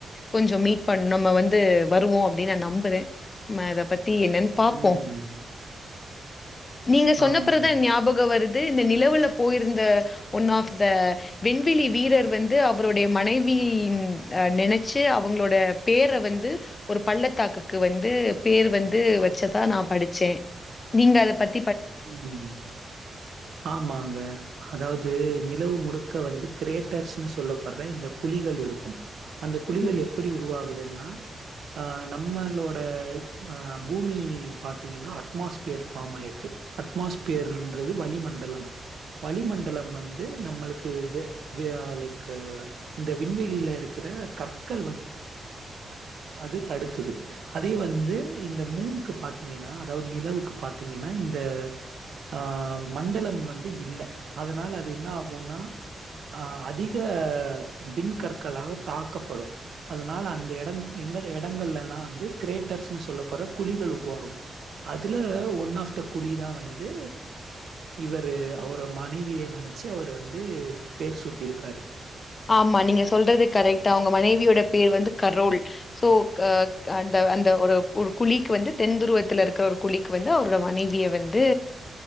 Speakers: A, on the left (about 30°); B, on the right (about 70°).
A: கொஞ்சோ மீட் பண்ணும் நம்ம வந்து வருவோ அப்படின்னு நா நம்புறே நம்ம அத பத் த்தி என்னன்னு பாப்போ
B: ம்.
A: நீங்க சொன்னப்பறதா
B: ஆமாங்க.
A: ஞாபகம் வருத் து இந்த நிலவுல போயிருந்த ஒன் ஆப் த வெண்வெளி வீரர் வந்து அவருடைய மனைவியின் அஹ் நினைச்சு அவுங்களோட பேர வந்து ஒரு பள்ளத்தாக்குக்கு வந்து பேர் வந்து வச்சதா நா படிச்சே நீங்க அத பத்
B: உம் ஆமாங்க அதாவ்து நிலவு முழுக்க வந்து கிரேட்டர்ஸ்ன்னு சொல்லப்படற இந்த குழிகள் இருக்கும் அந்த குழிகள்
A: ம்.
B: எப்புடி உருவாகுது நா ஆஹ் நம்மளோட ஆஹ் பூமி பாத்தீங்னா அட்மாஸ்ஃபியர் ஃபாமாயிருக்கு அட்மாஸ்பியர்ன்றது வளிமண்டலம் வளிமண்டலம் வந்து நம்மளுக்கு வே வே லைக் இந்த விண்வெளில இருக்கிற கற்கள் வந் அது தடுக்குது அதே வந்து இந்த மூன்க்கு பாத்தீங்கனா அதாவது நிலவுக்கு பாத்தீங்கனா இந்த ஆஹ் மண்டலம் வந்து இல்ல அதனால அது என்ன ஆகுனா ஆஹ் அதிக விண்கற்களால தாக்கப்படு அதனால அந்த எட எங்கட இடங்கள்ல்லா வந்து கிரேட்டர்ஸ்ன்னு சொல்ல படுற குழிகள் உருவாகு அதுல ஒன் ஆப் த குழி தா வந்து இவரு அவோர மனைவிய நெனச்சு அவர் வந்து பேர் சூட்டிர்க்காரு
A: ஆமா நீங்க சொல்றது கரெக்டு அவுங்க மனைவியோட பேர் வந்து கரோல் சோ அஹ் அந்த அந்த ஒரு குழிக்கு வந்து தென்துருவத்துல இருக்குற ஒரு குழிக்கு வந்து அவரோட மனைவிய வந்து